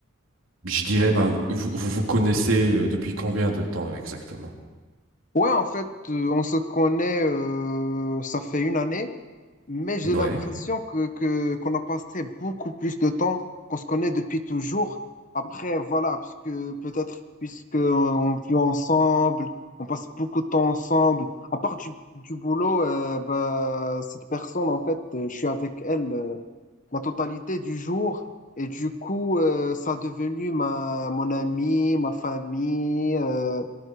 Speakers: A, on the right; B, on the left.
A: je dirais, bah, vous, vous vous connaissez euh, depuis combien de temps exactement?
B: Ouais, en fait, euh, on se connaît, euh, ça fait une année. Mais j'ai
A: Ouais.
B: l'impression que, que, qu'on a passé beaucoup plus de temps qu'on se connaît depuis toujours. Après, voilà, parce que peut-être puisqu'on vit ensemble, on passe beaucoup de temps ensemble. À part du, du boulot, euh, bah, cette personne, en fait, euh, je suis avec elle euh, la totalité du jour. Et du coup, euh, ça a devenu ma, mon ami, ma famille, euh,